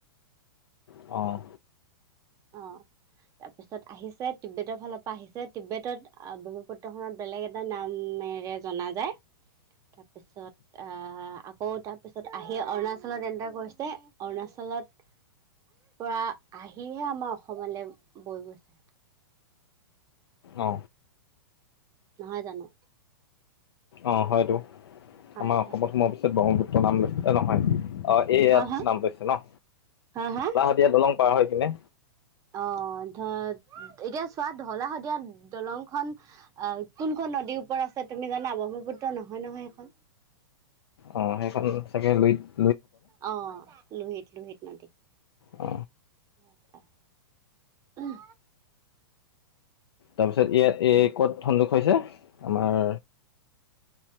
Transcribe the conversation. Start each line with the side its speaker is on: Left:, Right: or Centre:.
Left: অঁ
Right: অ তাৰপিছত আহিছে টিউবেটৰ ফালৰ পৰা আহিছে টিউবেটত ব্ৰহ্মপুত্ৰখনত বেলেগ এটা নামেৰে জনা যায় তাৰপিছত আহ আকৌ তাৰপিছত আহি অৰুণাচলত এণ্টাৰ কৰিছে অৰুণাচলত পৰা আহিহে আমাৰ অসমলৈ বৈ গৈছে
Left: অ
Right: নহয় জানো
Left: অ হয়তো
Right: হয়
Left: আমাৰ
Right: হয়
Left: অসমত সোমোৱাৰ পিছত ব্ৰহ্মপুত্ৰ নাম লৈছে নহয় আহ এই ইয়াত
Right: হা হা
Left: নাম লৈছে ন
Right: হা হা
Left: এতিয়া দলং পাৰ হয় কিনে
Right: অ ধৰ এতিয়া চোৱা ধঢলা শদিয়া দলংখন অ কোনখন নদীৰ ওপৰত আছে তুমি জানা ব্ৰহ্মপুত্ৰ নহয় নহয় সেইখন
Left: অঁ সেইখন চাগে লৈ
Right: অ লোহিত লোহিত নদীত
Left: অ
Right: হয় হয়
Left: তাৰপিছত ইয়াত এই ক'ত সন্দোষ হৈছে আমাৰ